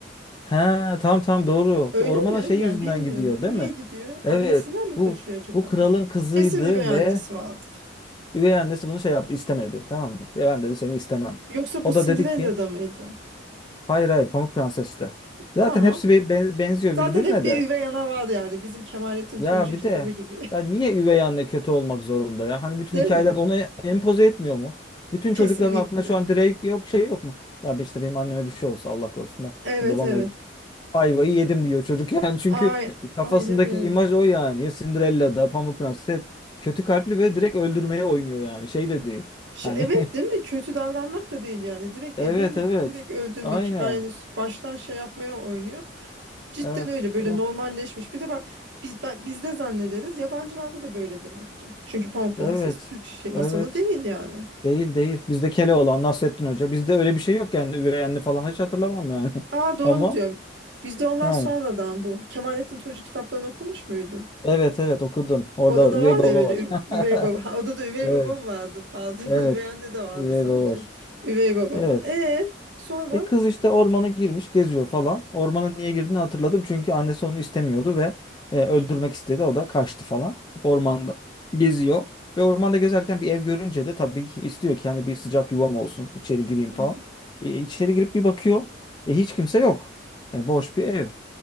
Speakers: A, on the left; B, on the right.
A: He tamam tamam doğru.
B: Öyle
A: Ormana
B: mi?
A: şey
B: Yani
A: yüzünden
B: bilmiyorum.
A: gidiyor
B: Niye
A: değil mi?
B: gidiyor?
A: Evet.
B: Annesinden mi
A: Bu
B: kaçıyor acaba?
A: bu kralın kızıydı
B: Kesin üvey annesi
A: ve
B: vardır.
A: Üvey annesi bunu şey yaptı istemedi tamam mı? Ve ben dedi seni istemem.
B: Yoksa
A: O
B: bu Cinderella'da
A: da dedi ki
B: mıydı?
A: hayır hayır Pamuk Prenses de. Zaten
B: Tamam.
A: hepsi be- ben- benziyor
B: Zaten
A: birbirine
B: hep bir
A: de.
B: üvey ana vardı yani. Bizim Kemalettin
A: Ya
B: Tuğcu
A: bir
B: kitabı
A: de
B: gibi.
A: ya niye
B: <laughs>
A: üvey anne kötü olmak zorunda ya? Hani bütün
B: Değil
A: hikayeler
B: mi?
A: onu e- empoze etmiyor mu? Bütün
B: Kesinlikle.
A: çocukların aklında şu an direkt yok şey yok mu? Ya işte benim anneme bir şey olsa Allah korusun da
B: Evet
A: hani babam
B: evet.
A: ev ayvayı yedim diyor çocuk <laughs> yani çünkü
B: Ay,
A: kafasındaki
B: aynen öyle.
A: imaj o yani. Ya Cinderella'da Pamuk Prenses hep kötü kalpli ve direkt öldürmeye oynuyor yani şey de değil.
B: Şu,
A: Hani
B: evet
A: <laughs>
B: değil mi? Kötü davranmak da değil yani. Direkt
A: Evet
B: dediğin gibi
A: evet.
B: direkt öldürme
A: Aynen.
B: ki ben yani baştan şey yapmaya oynuyor. Cidden
A: Evet
B: öyle böyle
A: bu.
B: normalleşmiş. Bir de bak biz ben, bizde zannederiz yabancılarda da böyle demek ki. Çünkü Pamuk Prenses
A: Evet.
B: Türk şey masalı
A: Evet.
B: değil yani.
A: Değil değil. Bizde Keloğlan Nasrettin Hoca. Bizde öyle bir şey yok yani. Üvey anne falan hiç hatırlamam yani.
B: Aa
A: <laughs>
B: doğru
A: Ama
B: diyorum. Bizde ondan
A: yani.
B: sonradan bu. Kemalettin Tuğcu kitaplarını okumuş muydun?
A: Evet evet okudum. Orada
B: Orada
A: var. Üvey
B: var
A: baba
B: ya böyle
A: var.
B: ü- üvey baba. Ha,
A: <laughs>
B: orada da üvey
A: Evet.
B: babam vardı pardon. <laughs>
A: Evet.
B: Üvey anne de vardı
A: Üvey
B: sanki.
A: baba var.
B: Üvey babam
A: Evet.
B: vardı. E sonra?
A: E kız işte ormana girmiş, geziyor falan. Ormana niye girdiğini hatırladım. Çünkü annesi onu istemiyordu ve e, öldürmek istedi. O da kaçtı falan. Ormanda geziyor. Ve ormanda gezerken bir ev görünce de tabii ki istiyor ki yani bir sıcak yuvam olsun, içeri gireyim
B: Hı
A: falan.
B: hı.
A: E, içeri girip bir bakıyor. E, hiç kimse yok. E, boş bir ev.